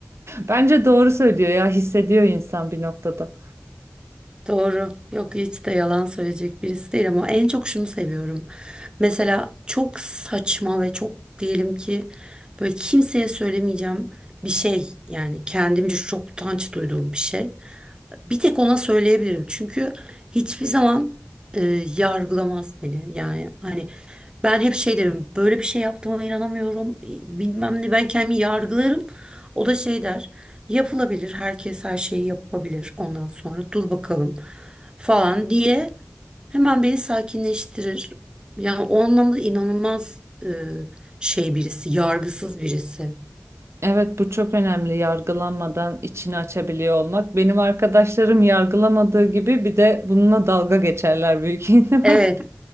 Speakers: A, on the right (about 75°); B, on the right (about 20°).
A: Bence doğru söylüyor ya hissediyor insan bir noktada.
B: Doğru. Yok hiç de yalan söyleyecek birisi değil ama en çok şunu seviyorum. Mesela çok saçma ve çok diyelim ki böyle kimseye söylemeyeceğim bir şey yani kendimce çok utanç duyduğum bir şey. Bir tek ona söyleyebilirim. Çünkü hiçbir zaman e, yargılamaz beni. Yani hani ben hep şey derim. Böyle bir şey yaptığıma inanamıyorum. Bilmem ne ben kendimi yargılarım. O da şey der. Yapılabilir. Herkes her şeyi yapabilir. Ondan sonra dur bakalım falan diye hemen beni sakinleştirir. Yani o anlamda inanılmaz e, şey birisi, yargısız birisi.
A: Evet bu çok önemli yargılanmadan içini açabiliyor olmak. Benim arkadaşlarım yargılamadığı gibi bir de bununla dalga geçerler büyük ihtimal.
B: Evet,
A: <laughs>